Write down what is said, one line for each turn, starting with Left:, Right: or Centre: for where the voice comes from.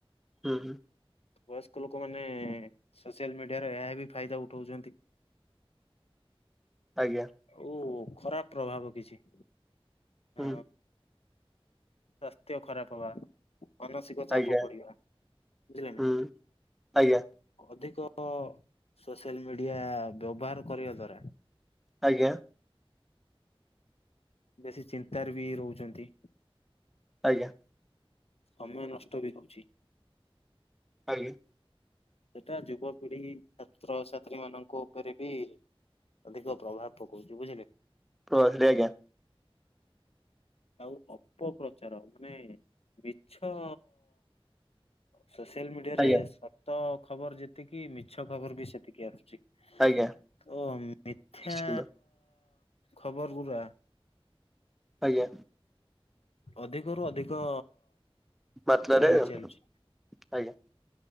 Centre: ହୁଁ ହୁଁ।
Left: ବୟସ୍କ ଲୋକମାନେ ସୋସିଆଲ ମିଡିଆରେ ଏହା ବି ଫାଇଦା ଉଠୋଉଚନ୍ତି।
Centre: ଆଜ୍ଞା।
Left: ଓ ଖରାପ ପ୍ରଭାବ କିଛି। ହଁ
Centre: ହୁଁ।
Left: ସ୍ୱାସ୍ଥ୍ୟ ଖରାପ ହବା। ମାନସିକ ଚାପ
Centre: ଆଜ୍ଞା
Left: ପଡିବା ବୁଝିଲେ
Centre: ହୁଁ
Left: ନା।
Centre: ଆଜ୍ଞା
Left: ଅଧିକ ସୋସିଆଲ ମିଡିଆ ବ୍ୟବହାର କରିବା ଦ୍ଵାରା।
Centre: ଆଜ୍ଞା।
Left: ବେଶୀ ଚିନ୍ତାରେ ବି ରହୁଚନ୍ତି।
Centre: ଆଜ୍ଞା।
Left: ସମୟ ନଷ୍ଟ ବି ହଉଛି।
Centre: ଆଜ୍ଞା।
Left: ତଥା ଯୁବପିଢି ଛାତ୍ରଛାତ୍ରୀ ମାନଙ୍କ ଉପେରେ ବି ଅଧିକ ପ୍ରଭାବ ପକଉଚି ବୁଝିଲେ।
Centre: ରହିଲି ଆଜ୍ଞା।
Left: ଆଉ ଅପପ୍ରଚାର ମାନେ ମିଛ ସୋସିଆଲ ମିଡିଆରେ
Centre: ଆଜ୍ଞା
Left: ସତ ଖବର ଯେତିକି ମିଛ ଖବର ବି ସେତିକି ଅଛି।
Centre: ଆଜ୍ଞା
Left: ତ ମିଥ୍ୟା
Centre: ନିଶ୍ଚିନ୍ତ
Left: ଖବର ଗୁରା।
Centre: ଆଜ୍ଞା।
Left: ଅଧିକରୁୁ ଅଧିକ।
Centre: ମତ୍ରାରେ
Left: ଘୁରି
Centre: ଆଜ୍ଞା।
Left: ଚାଲୁଛି